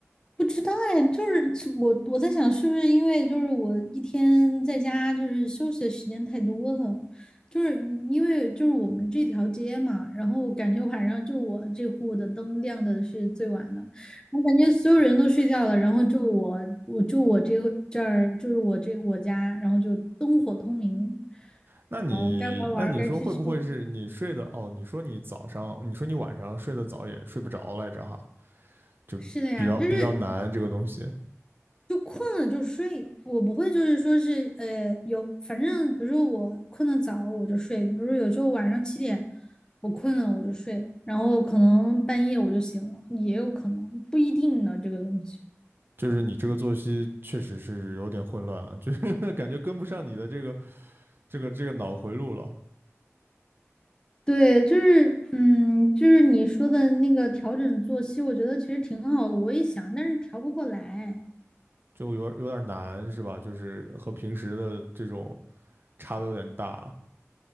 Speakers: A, on the left (about 15°); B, on the right (about 45°).
A: 不知道哎，就是我我在想，是不是因为就是我一天在家就是休息的时间太多了，就是因为就是我们这条街嘛，然后感觉晚上就我这户的灯亮的是最晚的，我感觉所有人都睡觉了，然后就我我就我这这儿就是我这我家，然后就灯火通明，
B: 那你那你说会不会是你睡的哦？
A: 然后该玩儿玩儿该吃吃，
B: 你说你早上，你说你晚上睡得早也睡不着来着哈，就比较比较难这个东西。
A: 是的呀，就是就困了就睡，我不会就是说是呃有，反正比如说我困得早我就睡，比如说有时候晚上七点我困了我就睡，然后可能半夜我就醒了，也有可能不一定呢这个东西。
B: 就是你这个作息确实是有点混乱了，就是 <laughs> 感觉跟不上你的这个这个这个脑回路了，
A: 对，就是嗯，就是你说的那个调整作息，我觉得其实挺好的，我也想，但是调不过来。
B: 就有点有点难是吧？就是和平时的这种。差的有点大。